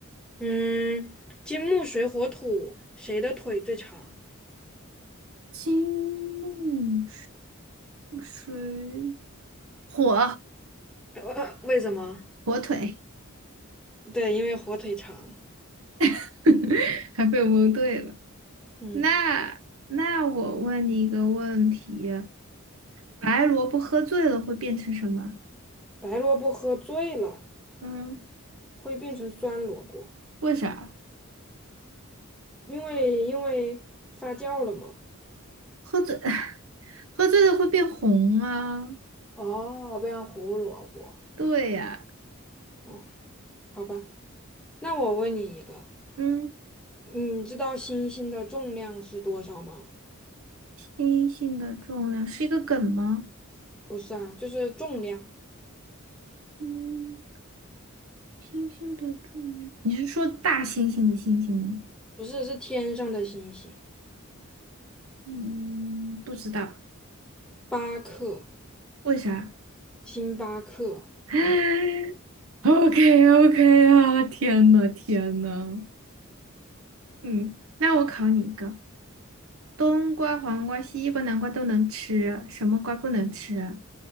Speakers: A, in the centre; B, on the right.
A: 嗯，金木水火土，谁的腿最长？
B: 金木水火
A: 呃，呃为什么？
B: 火腿，
A: 对，因为火腿肠。
B: <laughs> 还被我蒙对了。
A: 嗯，
B: 那那我问你一个问题：白萝卜喝醉了会变成什么？
A: 白萝卜喝醉了
B: 嗯。
A: 会变成酸萝卜，
B: 为啥？
A: 因为因为发酵了嘛。
B: 喝醉，<laughs> 喝醉了会变红啊？
A: 哦，变成胡萝卜。
B: 对呀、
A: 嗯，好吧。那我问你一个，
B: 嗯，
A: 你知道星星的重量是多少吗？
B: 星星的重量是一个梗吗？
A: 不是啊，就是重量，
B: 嗯，星星的重量，你是说大猩猩的猩猩吗？
A: 不是，是天上的星星，
B: 嗯，不知道，
A: 八克，
B: 为啥
A: 星巴克，
B: <sighs>？OK OK <laughs> 啊，天呐天呐，嗯，那我考你一个，冬瓜、黄瓜、西瓜、南瓜都能吃啊，什么瓜不能吃啊？